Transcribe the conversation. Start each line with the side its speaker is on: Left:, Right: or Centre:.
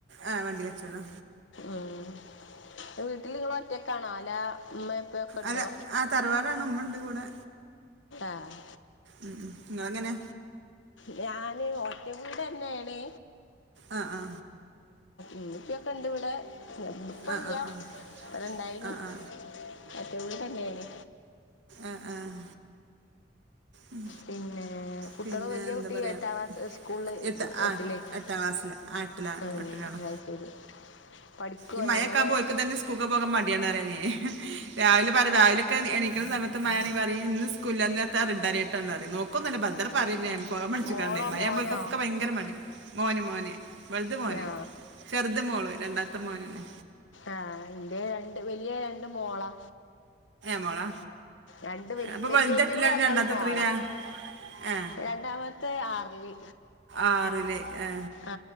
Right: ആ വണ്ടി കച്ചോടാ
Left: ഉം വീട്ടിൽ നിങ്ങൾ ഒറ്റക്കണോ അല്ലേ ഉമ്മിം ഉപ്പിം ഒക്കെ ഉണ്ടോ
Right: അല്ല ആ തറവാടാണ് ഉമ്മ ഉണ്ട് കൂടെ
Left: ആഹ്
Right: ഉം ഉം നിങ്ങളെ എങ്ങനെ
Left: ഞൻ ഒറ്റ വീടെ തന്നെയാണ്
Right: ആ ആ
Left: ഇമ്മയൊക്കെ ഉണ്ട് ഇവിടെ ഇപ്പല്യ
Right: ആ ആ ആ ആ
Left: ഇണ്ടായിനി
Right: ആ
Left: ഒറ്റ വീട് തന്നെയാണ്
Right: ആഹ് ആഹ് ഉം
Left: പിന്നെ കുട്ടികൾ
Right: പിന്നെ
Left: വലിയ
Right: എന്താ
Left: കുട്ടി
Right: പറയാ
Left: എട്ടാം ക്ലാസ് സ്കൂളിൽ
Right: എട്ട ആ
Left: എട്ടിലേക്ക്
Right: എട്ടാം ക്ലാസ്സില് എട്ടില
Left: ഉം,
Right: എട്ടിലാണ്
Left: അത് ശരി പഠിക്കുവോ
Right: ഈ മയൊക്കെ
Left: എങ്ങനെ
Right: ആവുമ്പോ ഓൽക്ക് തന്നെ സ്കൂൾ പോകാൻ മടിയാണ് പറിയാ ഞാൻ രാവിലെ പറ രാവിലെ എണീക്കുന്ന സമയത്ത് മയാനീ പറയും ഇന്ന് സ്കൂൽ ഇല്ലാ ഇന്ന് എത്താ റെഡ് അലർട്ട്ന്ന റിയും നോക്കുന്നില്ലാ പറയുന്നേ പോകം പിടിച്ചിക്കാണ്ടെ
Left: മോളോ
Right: മഴ
Left: മോനോ
Right: ആവമ്പൊ ഓൽക്കൊക്കെ ഭയങ്കര മടി മോന് മോന് വെലുത് മോന്
Left: ആ
Right: ചെറുത് മോളും രണ്ടാമത്തെ മോനന്നെ
Left: ആഹ് ഇന്റെ രണ്ട് വല്യ രണ്ട് മോളാ
Right: മോളാ
Left: രണ്ട് വല്യ
Right: അപ്പൊ
Left: വെല്
Right: വലുത്
Left: എയ്റ്റിങ്ങൾ
Right: എട്ടിലാണ്
Left: രണ്ടാളും
Right: രണ്ടാമത്തെ
Left: മോളാ
Right: എത്രയിലാ ഏ
Left: രണ്ടാമത്തെ ആർല്
Right: ആറില് ആ
Left: ആ